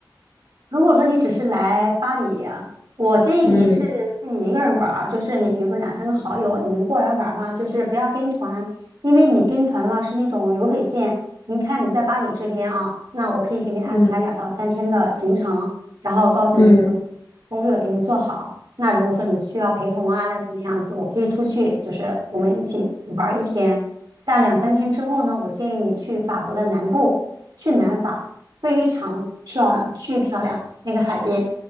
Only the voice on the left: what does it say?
嗯
嗯
嗯，